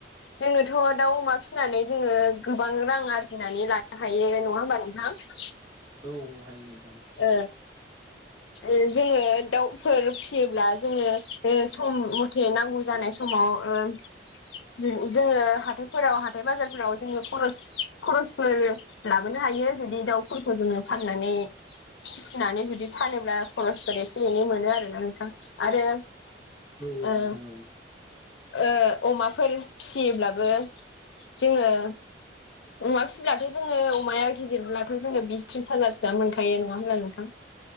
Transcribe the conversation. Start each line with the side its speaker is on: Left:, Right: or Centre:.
Left: जोङोथ' दाउ अमा फिसिनानै जोङो गोबां रां आरजिनानै लानो हायो। नङा होमबा नोंथां?
Right: औ औ हायो नोंथां।
Left: ओ ओ जोङो दाउफोर फिसियोब्ला जोङो ओ सम खेनांगौ जानाय समाव ओ जों जोङो हाथायफोराव हाथाय बाजारफोराव जोङो खरस खरसफोर लाबोनो हायो जुदि दाउफोरखौ जोङो फाननानै फिसिनानै जुदि फानोब्ला खरसफोर एसे एनै मोनो आरोना नोंथां। आरो ओ
Right: औ औ नोंथां औ
Left: ओ अमाफोर फिसियोब्लाबो जोङो अमा फिसिब्लाथ' जोङो अमाया गिदिरब्लाथ' जोङो बिस थ्रिस हाजारसोआ मोनखायो नङा होनब्ला नोंथां?